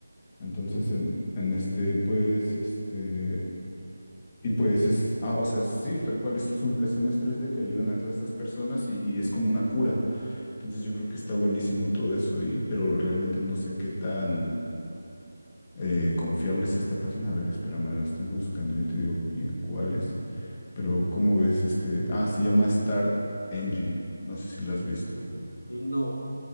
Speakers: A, on the left; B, on the left.
A: Entonces
B: Ujú,
A: en, en este pues este y pues es ah, o sea, sí, tal cual es sus impresiones tres d que ayudan a todas estas personas y, y es como una cura. Entonces yo creo que está buenísimo todo eso y pero realmente no sé qué tan eh, confiable es esta página. A ver, espérame, la estoy buscando. Yo te digo bien cuál es. Pero, ¿cómo ves este? Ah, se llama Star Engine. No sé si la has visto.
B: ujú. No,